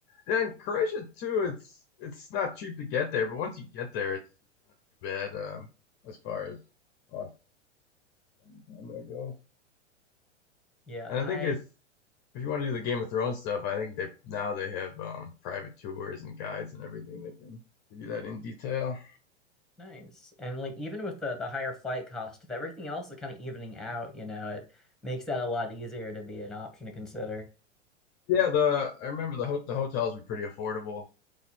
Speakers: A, on the left (about 30°); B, in the centre.
A: Yeah, and Croatia too. It's it's not cheap to get there, but once you get there, it's it's not too bad um, as far as cost and time that goes.
B: Yeah,
A: And
B: I
A: I think it's If you want to do the Game of Thrones stuff, I think they now they have um, private tours and guides and everything that can give you that in detail.
B: Nice. And like even with the the higher flight cost, if everything else is kind of evening out, you know, it makes that a lot easier to be an option to consider.
A: Yeah, the I remember the ho the hotels were pretty affordable.